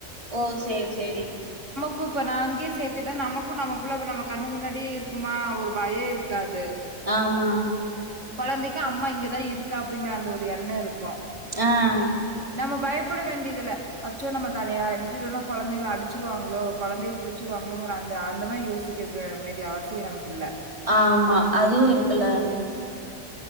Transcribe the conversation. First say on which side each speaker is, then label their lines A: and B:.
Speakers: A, on the right; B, on the right.
A: ஓ சரி சரி
B: கு இப்ப நான் அங்கயே சேர்த்திட்டே நமக்கும் நம்ம புள்ள நம்ம கண்ணு முன்னாடியே இருக்குமா ஒரு பயம் இருக்காது
A: ஆம்மா
B: கொழந்தைக்கு அம்மா இங்கதான் இருக்கா அப்டிங்கிற அந்த ஒரு எண்ணம் இருக்கும்
A: ஆஹ்
B: நம்ம பயப்பட வேண்டியதில்ல அச்சோ நம்ம தனியா விட்டுடுவேனா கொழந்தைகள அடுச்சிருவாங்களோ கொழந்தைய புடுச்சிருவாங்களோ அந்த அந்த மாரி யோசிக்கர்க்கு வேண்டிய அவசியம் நமக்கு இல்ல
A: ஆம்மா அதுவும் இருக்குல்ல